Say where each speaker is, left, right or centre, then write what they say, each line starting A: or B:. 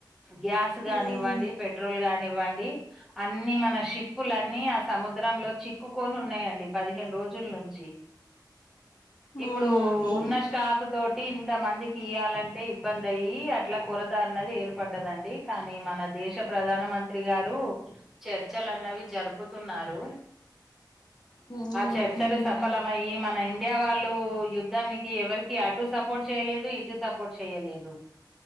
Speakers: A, in the centre; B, on the left (about 65°).
A: గ్యాస్ గానివ్వండి,
B: ఉమ్
A: పెట్రోల్ గాన్ నివ్వండి అన్ని మన షిప్పులన్నీ ఆ సముద్రంలో చిక్కుకొన్ ఉన్నయండి పదిహేను రోజ రోజుల్నుంచి ఇప్పుడూ
B: అవునండి
A: ఉన్న స్టాప్ తోట్ టి ఇంత మందికి ఇయ్యాలంటే ఇబ్బంది అయ్యి అట్ల కొరత అన్నది ఏర్ పడ్దదండి కానీ మన దేశ ప్రధాన మంత్రి గారు చర్చలన్నవి జరుపుతున్నార్ నారు
B: ఉహు
A: ఆ చర్చలు సఫలమయ్యి మన ఇండియా వాళ్ళు ఇ యుద్ధానికి ఎవరికి అటు సపోర్ట్ చేయలేదు, ఇటు సపోర్ట్ చెయలేదు.